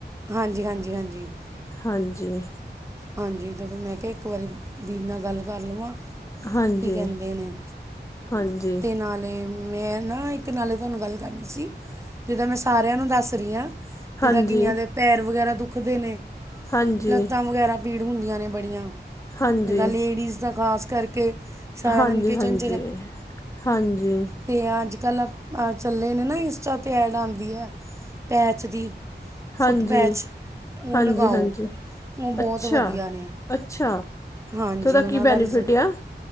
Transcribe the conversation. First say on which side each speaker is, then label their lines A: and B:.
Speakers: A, on the right; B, on the left.
A: ਹਾਂਜੀ ਹਾਂਜੀ ਹਾਂਜੀ
B: ਹਾਂਜੀ!
A: ਹਾਂਜੀ ਤੇ ਫਿਰ ਮੈਂ ਕਿਹਾ ਇੱਕ ਵਾਰੀ ਦੀਦੀ ਨਾਲ ਗੱਲ ਕਰ ਲਵਾਂ
B: ਹਾਂਜੀ
A: ਕੀ ਕਹਿੰਦੇ ਨੇ।
B: ਹਾਂਜੀ
A: ਤੇ ਨਾਲੇ਼ ਮੈਂ ਨਾ ਇੱਕ ਨਾਲੇ਼ ਤੁਹਾਨੂੰ ਗੱਲ ਕਰਨੀ ਸੀ। ਜਿੱਦਾਂ ਮੈਂ ਸਾਰਿਆਂ ਨੂੰ ਦੱਸ ਰੀ ਆਂ ਜਿੱਦਾਂ
B: ਹਾਂਜੀ,
A: ਕਈਆਂ ਦੇ ਪੈਰ ਵਗੈਰਾ ਦੁਖਦੇ ਨੇ
B: ਹਾਂਜੀ,
A: ਲੱਤਾਂ ਵਗੈ਼ਰਾ ਪੀੜ ਹੁੰਦੀਆਂ ਨੇ ਬੜੀਆਂ
B: ਹਾਂਜੀ,
A: ਜਿੱਦਾਂ ਲੇਡੀਜ਼ ਤਾਂ ਖ਼ਾਸ ਕਰਕੇ ਸਾਰਾ
B: ਹਾਂਜੀ-ਹਾਂਜੀ-ਹਾਂਜੀ!
A: ਦਿਨ ਕਿਚਨ ਤੇ ਅੱਜ-ਕੱਲ੍ਹ ਅ-ਚੱਲੇ ਨੇ ਨਾ ਇੰਸਟਾ ਤੇ ਐਡ ਆਂਦੀ ਐ ਪੈਚ ਦੀ।
B: ਹਾਂਜੀ,
A: ਫੁੱਟਪੈਚ, ਉਹ
B: ਹਾਂਜੀ,
A: ਲਗਾਓ
B: ਹਾਂਜੀ
A: ਉਹ ਬਹੁਤ
B: ਅੱਛਾ।
A: ਵਧੀਆ ਨੇ।
B: ਅੱਛਾ ਤੇ
A: ਹਾਂਜੀ
B: ਉਹਦਾ
A: ਉਹਨਾਂ
B: ਕੀ
A: ਦਾ
B: ਬੈਨੀਫਿਟ
A: ਰਿਜ਼ਲਟ
B: ਆ?